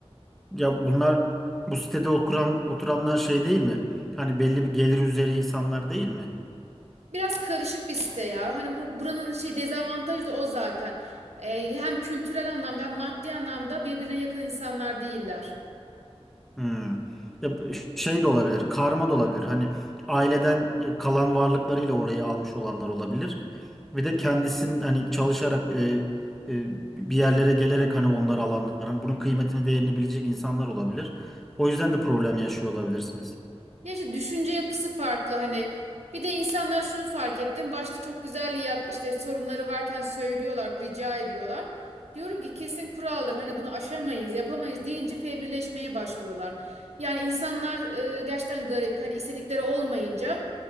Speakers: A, in the centre; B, on the right.
A: Ya bunlar bu sitede oturan oturanlar şey değil mi? Hani belli bir gelir üzeri insanlar değil mi?
B: Biraz karışık bir site ya. Hani bur- buranın şey dezavantajı da o zaten. Ee, hem kültürel anlamda hem maddi anlamda birbirine yakın insanlar değiller.
A: Hmm. Ya b- Şey de olabilir, karma da olabilir. Hani aileden e, kalan varlıklarıyla orayı almış olanlar olabilir. Bir de kendisinin hani çalışarak e, e, bir yerlere gelerek hani onları alanlar. Hani bunun kıymetini, değerini bilecek insanlar olabilir. O yüzden de problem yaşıyor olabilirsiniz.
B: Ya işte düşünce yapısı farklı hani. Bir de insanlar şunu fark ettim. Başta çok güzel yak işte sorunları varken söylüyorlar, rica ediyorlar. Diyorum ki kesin kuraldır. Hani bunu aşamayız, yapamayız deyince fevrileşmeye başlıyorlar. Yani insanlar e, gerçekten garip. Hani istedikleri olmayınca